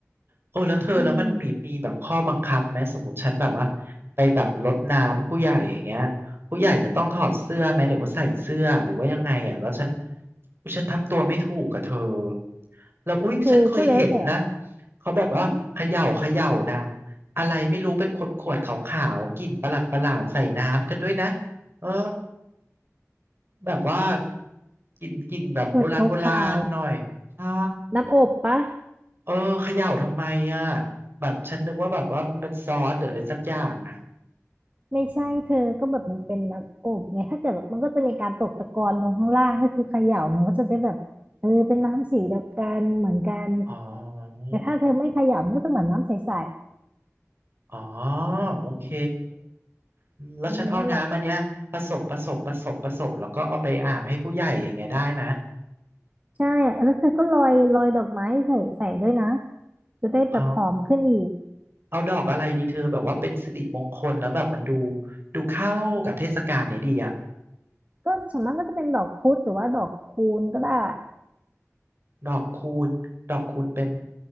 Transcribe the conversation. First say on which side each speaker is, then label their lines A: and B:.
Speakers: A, on the right; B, on the right.
A: โอ้แล้วเธอแล้วมันมีมีแบบข้อบังคับไหมสมมติฉันแบบว่าไปแบบรดน้ำผู้ใหญ่อย่างเงี้ย
B: อืม
A: ผู้ใหญ่จะต้องถอดเสื้อไหมหรือว่าใส่เสื้อหรือว่ายังไงอ่ะแล้วฉันอุ๊ยฉันทำตัวไม่ถูกกับเธอแล้วอุ๊ยฉันเคยเห็นนะ
B: เธอก็แล้วแต่
A: เขาแบบว่าเขย่าเขย่านะ
B: ฮะ
A: อะไรไม่รู้เป็นขวดขวดขาวๆกลิ่นประหลาดประหลาดใส่น้ำกันด้วยนะเออแบบว่ากินกินแบบโบราณโบราณหน่อยใช่
B: ขวดขาวๆน้ำอบปะ
A: เออเขย่าทำไมอ่ะแบบฉันนึกว่าแบบว่ามันเป็นซอสหรืออะไรสักอย่างอ่ะ
B: ไม่ใช่เธอก็แบบมันเป็นน้ำอบไงถ้าเกิดแบบมันก็จะมีการตกตะกอนลงข้างล่างถ้าเธอเขย่ามันก็จะได้แบบเออเป็นน้ำสีเดียวกันเหมือนกัน
A: อ๋อ
B: แต่ถ้าเธอไม่เขย่ามันก็จะเหมือนน้ำใส
A: อ๋อโอเคอืมแล้วฉันเอาน้ำอันเนี้ยผสมผสมผสมผสมแล้วก็เอาไปอาบให้ผู้ใหญ่อย่างเงี้ยได้ไหม
B: ๆอืมนั่นแหละ ใช่อะแล้วเธอก็โรยโรยดอกไม้ใส่ใส่ด้วยนะจะได้แบบหอมขึ้นอีก
A: อ๋อเอาดอกอะไรดีเธอแบบว่าเป็นสิริมงคลแล้วแบบมันดูดูเข้ากับเทศกาลเนี้ยดีอ่ะ
B: ก็ส่วนมากก็จะเป็นดอกพุธหรือว่าดอกคูนก็ได้
A: ดอกคูณดอกคูณเป็น